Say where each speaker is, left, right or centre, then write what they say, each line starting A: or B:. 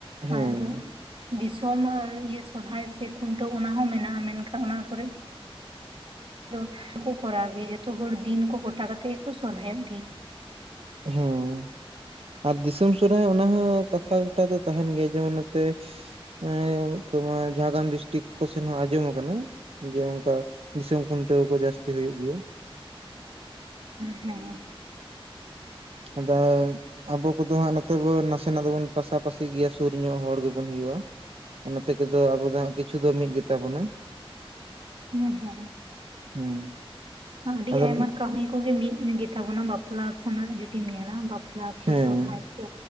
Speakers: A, on the right (about 80°); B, on the right (about 60°).
A: ᱦᱮᱸ
B: ᱟᱨᱚ ᱫᱤᱥᱚᱢ ᱤᱭᱟᱹ ᱥᱚᱨᱦᱟᱭ ᱥᱮ ᱠᱷᱩᱱᱴᱟᱹᱣ ᱚᱱᱟ ᱦᱚᱸ ᱢᱮᱱᱟᱜᱼᱟ ᱢᱮᱱᱠᱷᱟ ᱚᱱᱟ ᱠᱚᱨᱮᱱ ᱫᱚ ᱠᱚ ᱠᱚᱨᱟᱣ ᱜᱮᱭᱟ ᱡᱚᱛᱚ ᱦᱚᱲ ᱫᱤᱱ ᱠᱚ ᱜᱚᱴᱟ ᱠᱟᱛᱮᱫ ᱜᱮᱠᱚ ᱥᱚᱨᱦᱟᱭᱚᱜ ᱜᱮᱭᱟ᱾
A: ᱦᱮᱸ ᱟᱨ ᱫᱤᱥᱚᱢ ᱥᱚᱨᱦᱟᱭ ᱚᱱᱟ ᱦᱚᱸ ᱠᱟᱛᱷᱟ ᱜᱚᱴᱟ ᱫᱚ ᱛᱟᱦᱮᱸᱱ ᱜᱮᱭᱟ ᱡᱮᱢᱚᱱ ᱱᱚᱛᱮ ᱮᱸᱭ ᱚᱱᱚᱠ ᱛᱳᱢᱟᱨ ᱡᱷᱟᱲᱜᱨᱟᱢ ᱰᱤᱥᱴᱤᱠ ᱠᱚᱥᱮᱱ ᱦᱚᱸ ᱟᱸᱡᱚᱢ ᱟᱠᱟᱱᱟ᱾ ᱡᱮ ᱚᱱᱠᱟ ᱫᱤᱥᱚᱢ ᱠᱷᱩᱱᱴᱟᱹᱣ ᱠᱚ ᱡᱟᱹᱥᱛᱤ ᱦᱩᱭᱩᱜ ᱜᱮᱭᱟ᱾
B: ᱦᱮᱸ
A: ᱟᱫᱟᱭᱮᱢ ᱟᱵᱚ ᱠᱚᱫᱚ ᱦᱟᱸᱜ ᱱᱚᱛᱮ ᱵᱚᱱ ᱱᱟᱥᱮᱱᱟᱜ ᱫᱚᱵᱚᱱ ᱯᱟᱥᱟᱯᱟᱹᱥᱤ ᱜᱮᱭᱟ ᱥᱩᱨ ᱧᱚᱜ ᱦᱚᱲ ᱜᱮᱵᱚᱱ ᱦᱩᱭᱩᱜᱼᱟ᱾ ᱱᱚᱛᱮ ᱠᱚᱫᱚ ᱟᱵᱚ ᱫᱚ ᱦᱟᱸᱜ ᱠᱤᱪᱷᱩ ᱫᱚ ᱢᱤᱫ ᱜᱮᱛᱟ ᱵᱚᱱᱟ᱾
B: ᱦᱮᱸ ᱦᱮᱸ᱾
A: ᱦᱮᱸ᱾
B: ᱟᱹᱰᱤ
A: ᱟᱫᱚ
B: ᱟᱭᱢᱟ ᱠᱟᱹᱢᱤ ᱠᱚᱜᱤ ᱢᱤᱫ ᱜᱮᱛᱟᱵᱚᱱᱟ ᱵᱟᱯᱞᱟ ᱠᱷᱚᱱᱟᱜ ᱡᱩᱫᱤᱢ ᱧᱮᱞᱟ ᱵᱟᱯ ᱵᱟᱯᱞᱟ ᱠᱚ
A: ᱦᱮᱸ
B: ᱥᱚᱨᱦᱟᱭ ᱠᱚ